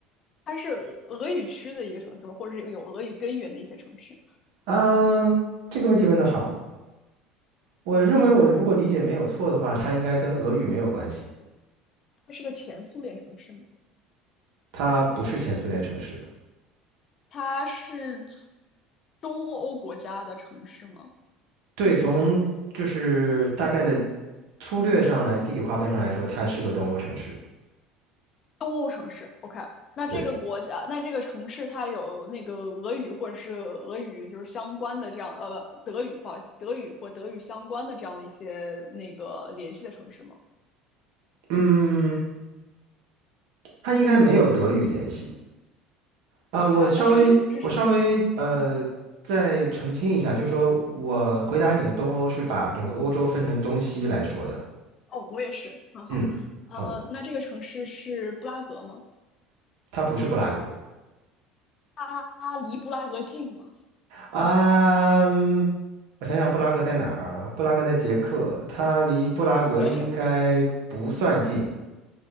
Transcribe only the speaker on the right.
嗯，这个问题问得好，我认为我如果理解没有错的话，它应该跟俄语没有关系，
它不是前苏联城市。
对，从就是大概的粗略上来，地理划分上来说，它是个东欧城市。
对，
嗯，它应该没有德语联系。啊，
我稍微我稍微呃再澄清一下，
就是说我回答你的东欧是把整个欧洲分成东西来说的。
嗯，
好的，
它不是布拉格
啊。嗯我想想，布拉格在哪儿啊？布拉格在捷克，它离布拉格应该不算近，